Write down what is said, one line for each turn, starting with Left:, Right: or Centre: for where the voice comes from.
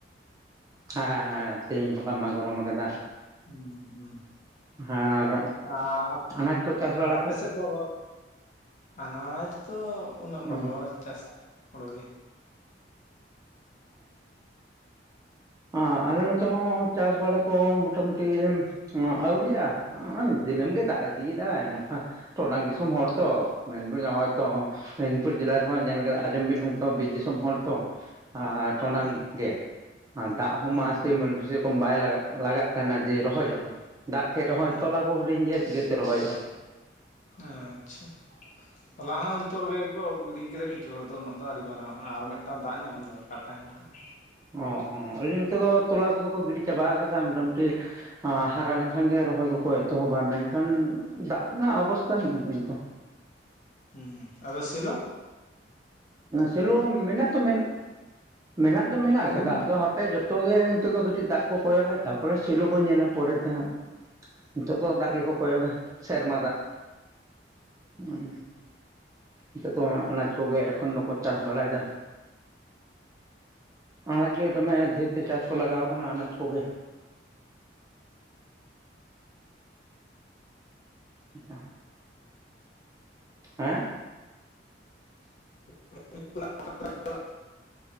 Right: ᱦᱮᱸ ᱦᱮᱸ ᱛᱮᱦᱮᱧ ᱦᱚᱞᱟ ᱢᱟ ᱜᱚᱨᱚᱢ ᱟᱠᱟᱫᱟ᱾
Left: ᱦᱩᱸ ᱦᱩᱸ
Right: ᱟᱨ
Left: ᱚ ᱟᱯ,
Right: ᱟᱱᱟᱡ ᱠᱚ ᱪᱟᱥ ᱵᱟᱲᱟ
Left: ᱟᱯᱮ
Right: ᱠᱚ
Left: ᱥᱮᱫ ᱫᱚ ᱟᱱᱟᱡᱽ ᱫᱚ ᱩᱱᱟᱹᱜ ᱵᱟᱠᱚ
Right: ᱚ
Left: ᱪᱟᱥᱟ᱾ ᱚᱰᱚ <unintelligible> ᱜᱮ
Right: ᱚ ᱟᱞᱮ ᱱᱚᱛᱮ ᱦᱚᱸ ᱪᱟᱥ ᱵᱟᱲᱟ ᱠᱚ ᱢᱳᱴᱟ-ᱢᱩᱴᱤ ᱟᱹᱣᱨᱤᱭᱟᱜ-ᱟ ᱫᱤᱱᱟᱹᱢ ᱜᱮ ᱫᱟᱜ ᱤᱫᱤᱭ ᱫᱟᱭ ᱱᱚᱝᱠᱟ ᱴᱚᱰᱟᱝ ᱫᱤᱥᱚᱢ ᱦᱚᱲ ᱛᱚ ᱢᱮᱱ ᱵᱟᱹᱧ ᱦᱚᱜᱚᱭ ᱛᱚ ᱢᱮᱫᱽᱱᱤᱯᱩᱨ ᱡᱮᱞᱟ ᱨᱮᱦᱚᱸ ᱧᱮᱞ ᱠᱟ ᱟᱸᱡᱚᱢ ᱵᱤᱱ ᱦᱚᱭᱛᱳ ᱵᱤᱨ ᱫᱤᱥᱚᱢ ᱦᱚᱲ ᱛᱚ ᱟᱨ ᱴᱚᱰᱟᱝ
Left: ᱦᱩᱸ
Right: ᱜᱮ ᱫᱟᱜ ᱦᱚᱸ
Left: ᱦᱩᱸ
Right: ᱢᱟ
Left: ᱦᱩᱸ
Right: ᱥᱮ ᱵᱟᱭ ᱞᱟᱜᱟᱜ ᱞᱟᱜᱟᱜ ᱠᱟᱱᱟ ᱡᱮ ᱨᱚᱦᱚᱭᱚᱜᱼᱟ ᱫᱟᱜ ᱠᱮᱫ ᱨᱮᱦᱚᱸᱭ
Left: ᱦᱩᱸ
Right: ᱛᱚᱞᱟ ᱠᱚ ᱦᱩᱰᱤᱧ ᱜᱮᱭᱟ ᱪᱤᱠᱟᱹᱛᱮ ᱨᱚᱦᱚᱭᱚᱜᱼᱟ
Left: ᱟᱪᱪᱷᱟ ᱦᱚᱞᱟ ᱦᱚᱸ ᱱᱤᱛᱚᱜ ᱜᱮ ᱜᱚᱜ ᱜᱤᱲᱤ ᱠᱮᱫᱟ ᱠᱤᱪᱷᱩ ᱦᱚᱲ ᱫᱚ ᱩᱱᱟᱹᱜ ᱫᱚ ᱟᱹᱣᱨᱤ ᱢᱟᱨᱟᱝᱚᱜᱼᱟ ᱟᱨ ᱢᱤᱫᱴᱟᱝ ᱫᱟᱜ ᱧᱟᱢ ᱫᱚᱨᱠᱟᱨ ᱛᱟᱦᱮᱱ ᱠᱟᱱᱟ
Right: ᱚ ᱟᱹᱞᱤᱧ ᱱᱚᱛᱮ ᱫᱚ ᱛᱚᱞᱟ ᱠᱚᱫᱚ ᱠᱚ ᱜᱤᱰᱤ ᱪᱟᱵᱟ ᱠᱟᱫᱟ ᱢᱚᱴᱟᱢᱩᱴᱤ ᱦᱟᱨᱟ ᱞᱮᱱᱠᱷᱟᱱ ᱜᱮ ᱨᱚᱦᱚᱭ ᱠᱚᱠᱚ ᱮᱛᱚᱦᱚᱵᱟ ᱢᱮᱱᱠᱷᱟᱱ ᱫᱟᱜ ᱚᱱᱟ ᱚᱵᱚᱥᱛᱟ ᱦᱚ ᱧᱮᱞ ᱫᱟᱹᱵᱤᱱ ᱛᱚ
Left: ᱦᱩᱸ ᱟᱫᱚ ᱥᱤᱞᱳ
Right: ᱥᱮᱞᱳ ᱢᱮᱱᱟᱜ ᱫᱚ ᱢᱮᱱᱟᱜ, ᱢᱮᱱᱟᱜ ᱫᱚ ᱢᱮᱱᱟᱜ
Left: ᱠᱩᱧ
Right: ᱟᱠᱟᱫᱟ ᱟᱫᱚ ᱦᱟᱯᱮ ᱮ ᱡᱚᱛᱚ ᱜᱮ ᱱᱤᱛᱚᱜ ᱫᱚ ᱠᱟᱹᱴᱤᱡ ᱫᱟᱜ ᱠᱚ ᱠᱚᱭᱚᱜᱟ ᱛᱟᱯᱚᱨᱮ ᱥᱮᱞᱳ ᱠᱚ ᱧᱮᱞᱟ ᱯᱚᱨᱮ ᱛᱮ ᱦᱟᱸᱜ᱾ ᱱᱤᱛᱚᱜ ᱫᱚ ᱫᱟᱜ ᱜᱮᱠᱚ ᱠᱚᱭᱚᱜᱟ ᱥᱮᱨᱢᱟ ᱫᱟᱜ᱾ ᱦᱩᱸ ᱱᱤᱛᱚᱜ ᱫᱚ ᱚᱱᱟᱪ ᱠᱚᱜᱮ ᱮᱠᱷᱚᱱ ᱫᱚᱠᱚ ᱪᱟᱥ ᱵᱟᱲᱟᱭ ᱫᱟ᱾ ᱟᱱᱟᱡ ᱜᱮ ᱫᱚᱢᱮ ᱫᱷᱮᱹᱨ ᱛᱮ ᱪᱟᱥ ᱠᱚ ᱞᱟᱜᱟᱣ ᱠᱟᱱᱟ ᱟᱱᱟᱡᱽ ᱠᱚᱜᱮ᱾ <inaudible> ᱦᱮᱸ
Left: <inaudible>